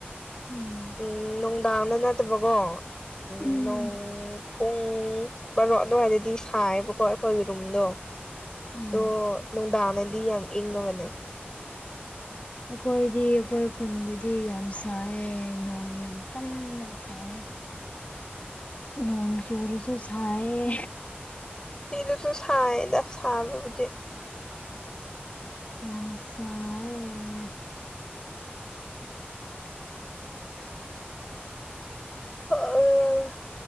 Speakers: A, on the left; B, on the left.
A: ꯎꯝ
B: ꯎꯝ ꯅꯨꯡꯗꯥꯡꯅ ꯅꯠꯇꯕꯀꯣ ꯎ
A: ꯎꯝ
B: ꯅꯣꯡ ꯄꯨꯡ ꯕꯥꯔꯣ ꯑꯗꯨꯋꯥꯏꯗꯗꯤ ꯁꯥꯏꯌꯦꯕꯀꯣ ꯑꯩꯈꯣꯏꯒꯤ ꯔꯨꯝꯗꯣ
A: ꯎꯝ
B: ꯑꯗꯣ ꯅꯨꯡꯗꯥꯡꯅꯗꯤ ꯌꯥꯝ ꯏꯪꯉꯕꯅꯦ
A: ꯑꯩꯈꯣꯏꯗꯤ ꯑꯩꯈꯣꯏ ꯈꯨꯟꯗꯗꯤ ꯌꯥꯝ ꯁꯥꯏ ꯅꯣꯡ ꯌꯥꯝ ꯀꯟꯅ ꯁꯥꯏ ꯅꯣꯡ ꯆꯨꯔꯁꯨ ꯁꯥꯏꯌꯦ
B: ꯁꯤꯗꯨꯁꯨ ꯁꯥꯏꯗ ꯁꯥꯕꯕꯨꯗꯤ
A: ꯌꯥꯝ ꯁꯥꯏꯌꯦ
B: ꯑꯣ ꯑ